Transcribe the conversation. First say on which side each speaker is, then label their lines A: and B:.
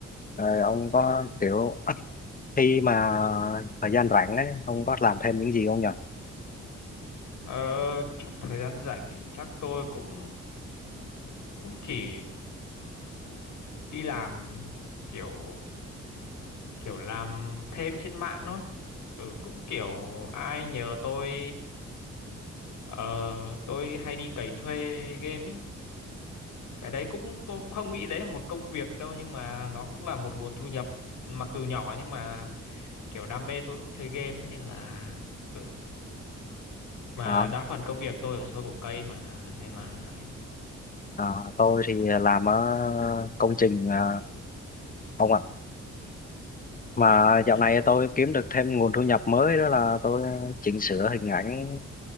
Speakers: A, on the left; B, on the left.
A: Ờ, ông có kiểu khi mà thời gian rảnh ấy, ông có làm thêm những gì không nhỉ?
B: ờ, chắc thời gian rảnh thì chắc tôi cũng cũng chỉ đi làm kiểu kiểu làm thêm trên mạng thôi ừ cũng kiểu ai nhờ tôi ờ, tôi hay đi cày thuê game ấy cái đấy cũng tôi cũng không nghĩ đấy là một công việc đâu nhưng mà nó cũng là một nguồn thu nhập mặc dù nhỏ nhưng mà kiểu đam mê tôi cũng chơi game ấy nên là ừ mà
A: À,
B: đa phần công việc tôi ở show cổ cây mà nên là
A: à, tôi thì làm ở công trình à, ông ạ. Mà
B: ừ.
A: dạo này tôi kiếm được thêm nguồn thu nhập mới đó là tôi chỉnh sửa hình ảnh,